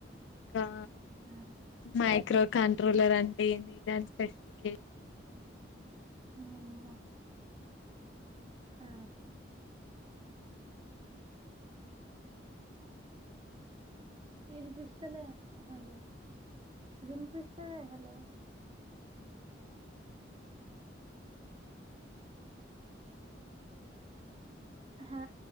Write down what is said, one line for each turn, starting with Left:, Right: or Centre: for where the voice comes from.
Left: కా
Right: ఆ
Left: మైక్రో కంట్రోలర్ అంటే ఏంది దాని స్పెసిఫికే
Right: మ్మ ఆ అదే గదా ఇన్పిస్తలే హలో విన్పిస్తలే హలో హ